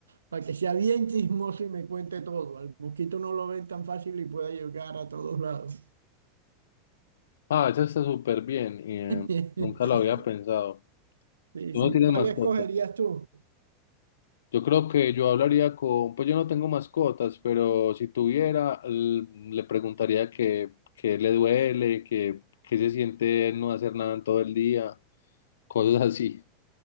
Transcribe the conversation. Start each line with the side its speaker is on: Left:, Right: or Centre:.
Right: para que sea bien chismoso y me cuente todo. Al mosquito no lo ven tan fácil y pueda llegar a todos lados.
Left: Ah, eso está súper bien y eh,
Right: <laughs>
Left: nunca lo había pensado.
Right: Sí,
Left: ¿Tú
Right: sí.
Left: no tienes
Right: ¿Cuál
Left: mascota?
Right: escogerías tú?
Left: Yo creo que yo hablaría con, pues yo no tengo mascotas, pero si tuviera, l- le preguntaría que, que le duele, que, que se siente no hacer nada en todo el día, cosas así.